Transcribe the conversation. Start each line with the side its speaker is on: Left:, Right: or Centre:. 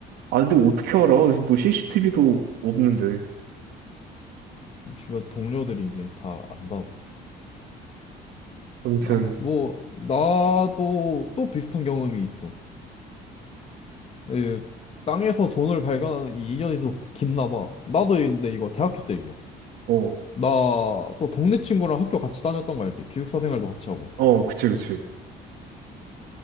Right: 아 근데 어떻게 알아 뭐 CCTV도 없는데
Left: 주변 동료들이 이제 다 안다고.
Right: 아무튼
Left: 난, 뭐, 나도 또 비슷한 경험이 있어. 예, 땅에서 돈을 발견하는 이 인연이 좀 깊나 봐. 나도 있는데 이거 대학교 때 얘기야.
Right: 어
Left: 나 또 동네 친구랑 학교 같이 다녔던 거 알지? 기숙사 생활도 같이 하고.
Right: 어 그치 그치